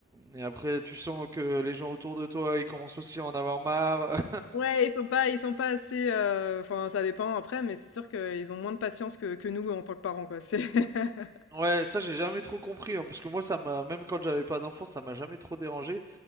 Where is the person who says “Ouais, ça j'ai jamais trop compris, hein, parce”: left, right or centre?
Right